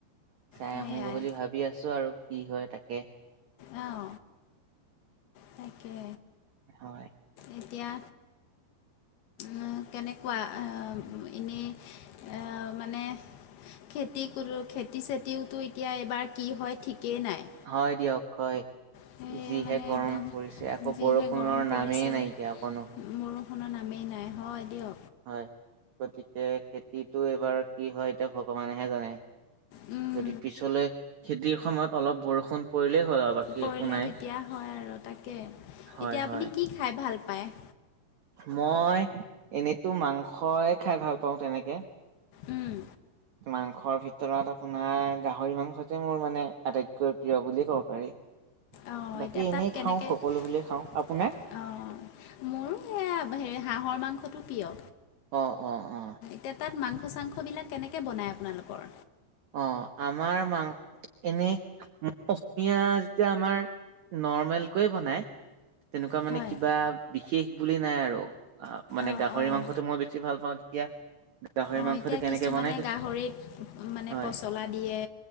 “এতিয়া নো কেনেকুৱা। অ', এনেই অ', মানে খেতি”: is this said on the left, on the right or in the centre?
Left